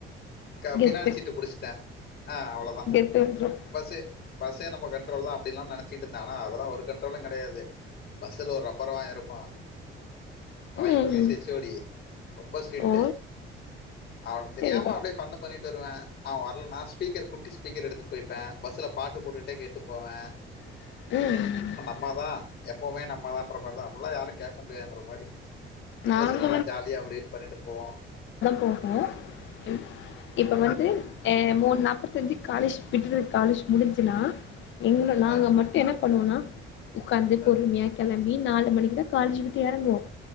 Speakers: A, on the left (about 55°); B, on the left (about 70°).
A: க
B: கெத்து
A: பின்னாடி சீட்டு புடிச்சிட்டே ஆ அவ்ளோதா
B: கெத்து வந்துரும்
A: பஸ்ஸு பஸ்ஸே நம்ம கண்ட்ரோல் தா அடின்லா நெனச்சிட்ருந்தே ஆனா அதெல்லா ஒரு கண்ட்ரோலூ கெடயாது பஸ்ஸுல ஒரு ரப்பர் வாய இருப் பா அவ
B: ம்
A: இங்க்லீஷ் எச் ஓ டி ரொம்ப ஸ்ட்ரிக்ட்டு
B: ஓ
A: அவனுக் தெரியாம
B: சரிதான்
A: அப்டியே ஃபன்னு பண்ணிட் தருவே அவ வரலனா ஸ்பீக்கர் குட்டி ஸ்பீக்கர் எடுத்துட்டு போய்ப்பே பஸ்ஸுல பாட்டு போட்டுட்டே கேட்டு போவே
B: ம் ம் ம்
A: ம தா எப்பவ்மே நம்ம தான்ற மாரிதா அப்பல்லா யாரூ கேக்க முடியாதுன்ற மாரி
B: நாங்க
A: பஸ்ஸுல நல்லா ஜாலியா அப்டின் பண்ணிட்டு போவோ
B: போகும் இ இப்ப வந்து மூணு அ நாப்பது செஞ்சு காலேஜ் விட்டுரு காலேஜ் முடிஞ்சுன்னா எங்க நாங்க
A: ஆ,
B: மட்டும் என்ன பண்ணோண்ணா உக்காந்து
A: ஆ,
B: பொறுமையா
A: ஆ,
B: கெளம் பி நாலு மணிக்குதான் காலேஜ் விட்டு எறங்குவோம்